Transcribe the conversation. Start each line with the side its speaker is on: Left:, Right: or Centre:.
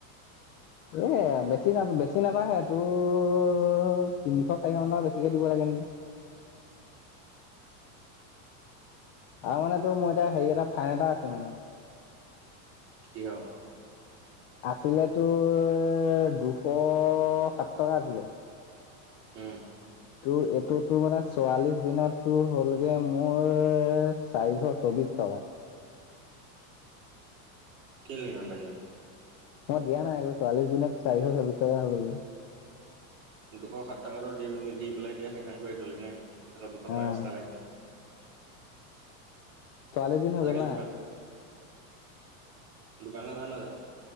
Left: এহ', বেছি ন বেছি নাম। তাহে তোৰ তিনিশ চাৰি ম টকা বেছিকে দিব লাগে নেকি। আৰু মানে তোৰ মোৰ এতিয়া হেৰি এটা ফাইন এটা আছে মানে।
Right: কিয়?
Left: আছিলে তোৰ, দুশ সাত টকা আছিলে।
Right: হম',
Left: তোৰ এইটোতো মানে চৰাাল্লিশ দিনতটো হ'লগে মোৰ চাৰিশ চৌবিশ টকা।
Right: কি লাগিমান বাহিলে।
Left: মই দিয়া নাই আৰু চোৱাল্লিশ দিনত চাৰিশ চৌবিশ টকা হৈ গল বে
Right: দুশ সাত টকাতো দি -দি পেলাই এতিয়া সেখনন কৰি থলি নে? আৰু দুশ
Left: অ'
Right: টকা এক্সট্ৰা লাগিলে।
Left: চোৱালিছ দিন
Right: আজিকালি
Left: হৈ গ'ল ন।
Right: দোকানত যা নে নাযা?